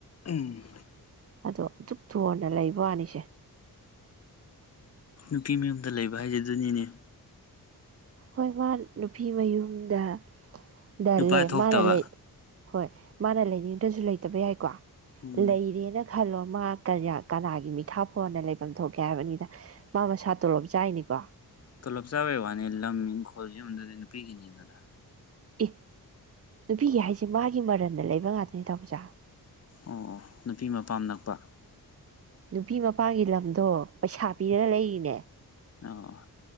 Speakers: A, on the left; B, on the right.
A: ꯎꯝ꯫
B: ꯑꯗꯣꯇ ꯗꯨꯛꯇꫭꯟꯅ ꯂꯩꯕ ꯋꯥꯅꯤꯁꯦ꯫
A: ꯅꯨꯄꯤ ꯃꯌꯨꯝꯗ ꯂꯩꯕ ꯍꯥꯏꯖ ꯑꯗꯨꯅꯤꯅꯦ꯫
B: ꯍꯣꯏ ꯃꯥ ꯅꯨꯄꯤ ꯃꯌꯨꯝꯗ꯫ ꯗ
A: ꯅꯨꯄꯥ
B: ꯂꯩ
A: ꯊꯣꯛꯇꯕ
B: ꯃꯥꯅ ꯂꯩ꯫ ꯍꯣꯏ ꯃꯥꯅ ꯂꯩꯅꯤꯡꯗ꯭ꯔꯁꯨ ꯂꯩꯇꯕ ꯌꯥꯏꯀꯣ꯫
A: ꯎꯝ
B: ꯂꯩꯔꯦꯅ꯫ ꯈꯜꯂꯣ ꯃꯥ ꯀꯌꯥ ꯀꯅꯥꯒꯤ ꯃꯤꯈꯥꯄꫭꯟꯅ ꯂꯩꯕꯝ ꯊꯣꯛꯀꯦ ꯍꯥꯏꯕꯅꯤꯗ ꯃꯥ ꯃꯁꯥ ꯇꯣꯂꯣꯞ ꯆꯥꯏꯅꯤꯀꯣ꯫
A: ꯇꯣꯂꯣꯞ ꯆꯥꯕꯩ ꯋꯥꯅꯤ ꯂꯝ ꯏꯪꯈꯣꯜ ꯌꯨꯗꯨꯗꯤ ꯅꯨꯄꯤꯒꯤꯅꯤꯗꯅ꯫
B: ꯑꯦ ꯅꯨꯄꯤꯒꯤ ꯍꯥꯏꯁꯦ ꯃꯥꯒꯤ ꯃꯔꯟꯗ ꯂꯩꯕ ꯉꯥꯛꯇꯅꯤ ꯇꯥꯃꫭꯆꯥ꯫
A: ꯑꯣ ꯑꯣ ꯅꯨꯄꯤ ꯃꯄꯥꯝ ꯅꯛꯄ꯫
B: ꯅꯨꯄꯤ ꯃꯄꯥꯒꯤ ꯂꯝꯗꯣ ꯄꯩꯁꯥ ꯄꯤꯔꯒ ꯂꯩꯔꯤꯅꯦ꯫
A: ꯑꫭ꯫